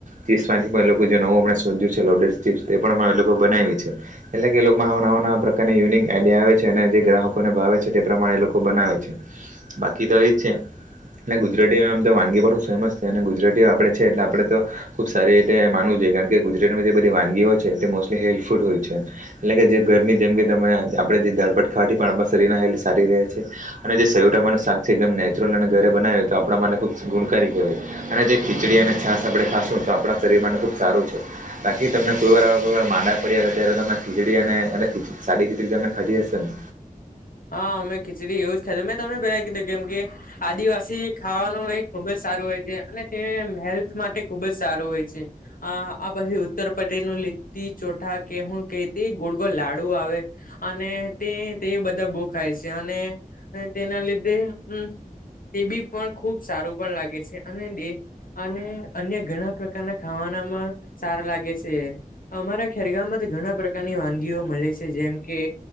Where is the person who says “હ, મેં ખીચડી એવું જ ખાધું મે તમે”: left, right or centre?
Left